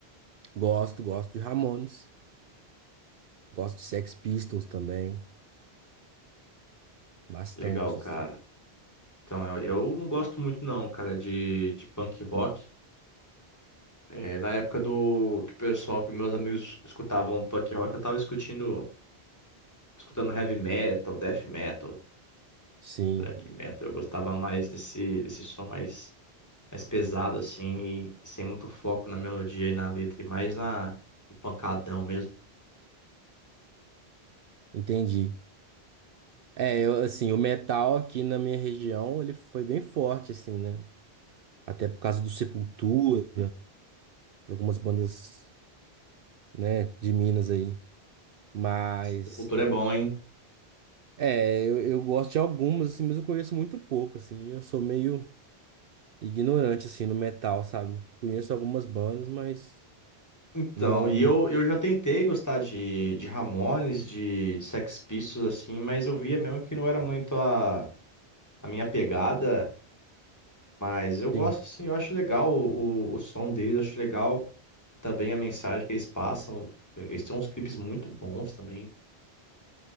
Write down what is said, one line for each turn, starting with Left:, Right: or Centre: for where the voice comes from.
Right: Gosto, gosto de Ramones, gosto de Sex Pistols também, bastante,
Left: Legal, cara.
Right: assim.
Left: Então, eu, eu não gosto muito não, cara, de, de punk rock. É, na época do que o pessoal, que meus amigos escutavam punk rock, eu tava escutando, escutando heavy metal, death metal,
Right: Sim,
Left: black metal. Eu gostava mais desse, desse som mais, mais pesado, assim, e sem muito foco na melodia e na letra, e mais na, no pancadão mesmo.
Right: entendi. É, eu, assim, o metal aqui na minha região, ele foi bem forte, assim, né? Até por causa do Sepultura, de algumas bandas, né, de Minas aí. Mas...
Left: Sepultura é bom, hein?
Right: É, eu, eu gosto de algumas, assim, mas eu conheço muito pouco, assim. Eu sou meio ignorante, assim, no metal, sabe? Conheço algumas bandas, mas
Left: Então,
Right: não.
Left: e eu, eu já tentei gostar de, de Ramones, de, de Sex Pistols, assim, mas eu via mesmo que não era muito a a minha pegada, mas eu gosto
Right: Sim.
Left: assim, eu acho legal o, o, o som deles, acho legal também a mensagem que eles passam. Eles têm uns clipes muito bons também,